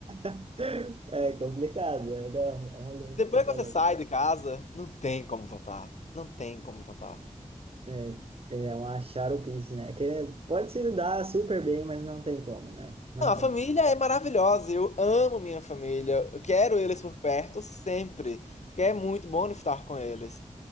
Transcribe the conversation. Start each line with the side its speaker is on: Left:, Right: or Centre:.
Right: <laughs> é complicado, né? Não, olha,
Left: Depois
Right: tu tá
Left: que
Right: louco.
Left: você sai de casa, não tem como voltar. Não tem como voltar.
Right: É, é um charupice, né? Que é, pode se dar super bem, mas não tem como, né? Não
Left: Não,
Right: tem
Left: a família
Right: como.
Left: é maravilhosa, eu amo minha família, eu quero eles por perto sempre, porque é muito bom estar com eles.